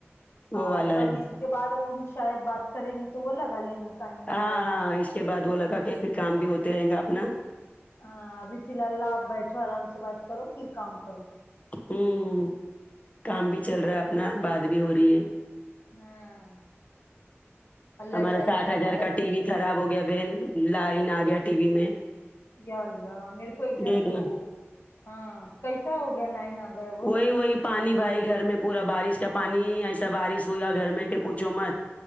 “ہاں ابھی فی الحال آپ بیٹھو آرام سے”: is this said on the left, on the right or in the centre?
Left